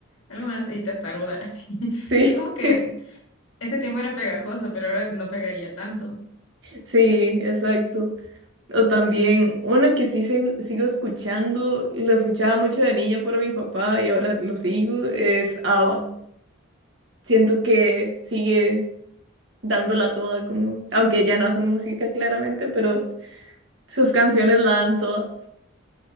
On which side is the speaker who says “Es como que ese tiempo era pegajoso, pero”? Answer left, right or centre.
Left